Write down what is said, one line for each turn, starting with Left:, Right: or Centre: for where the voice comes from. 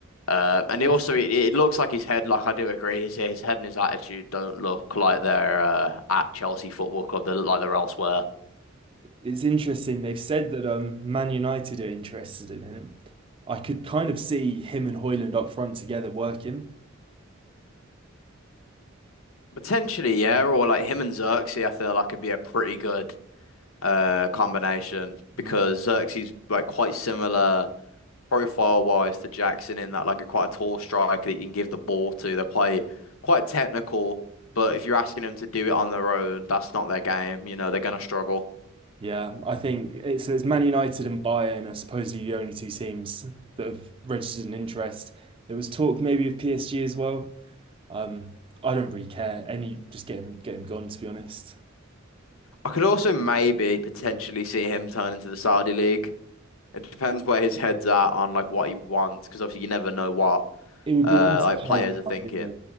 Left: Uh, and he
Right: It's
Left: also it, it looks like his head, like I do agree, his his head and his attitude don't look like they're uh, at Chelsea Football Club. They look like they're elsewhere.
Right: It's interesting. They've said that um, Man United are interested in him. I could kind of see him and Hoyland up front together working.
Left: Potentially, yeah, or like him and Xerxes, I feel like could be a pretty good uh combination because
Right: Mm.
Left: Xerxes like quite similar profile wise to Jackson in that like a quite a tall striker that you can give the ball to. They're quite quite technical, but if you're asking them to do it on their own, that's not their game. You know, they're gonna struggle.
Right: Yeah, I think it's, it's Man United and Bayern are supposedly the only two teams that have registered an interest. There was talk maybe of PSG as well. Um, I don't really care. Any, just get him, get him gone, to be honest.
Left: I could also maybe potentially see him turn into the Saudi League. It depends where his head's at on like what he wants, because obviously you never know what
Right: It would
Left: uh
Right: be a massive
Left: like
Right: shame,
Left: players
Right: in
Left: are thinking.
Right: my opinion.